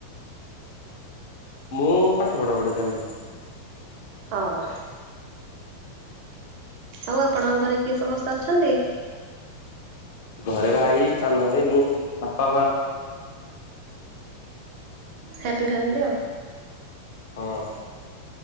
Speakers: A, on the left (about 50°); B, on the right (about 45°).
A: ମୁଁ ପାଠ ପଢା ପଢି ଚାଲିଚି।
B: ହଁ। ଆଉ ଆପଣଙ୍କ ଘରେ କିଏ ସମସ୍ତେ ଅଛନ୍ତି?
A: ଘରେ ଭାଇ ସାନ ଭାଇ ବୋଉ ବାପା
B: ହ୍ୟାପି ଫ୍ୟାମିଲି ଆଉ।
A: ହଁ।